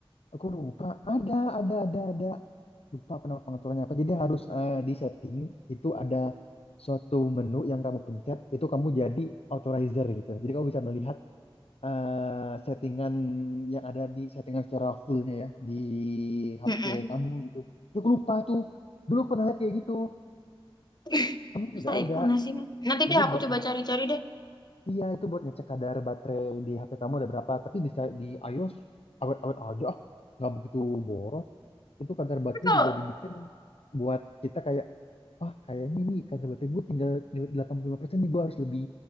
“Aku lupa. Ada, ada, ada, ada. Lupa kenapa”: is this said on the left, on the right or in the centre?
Left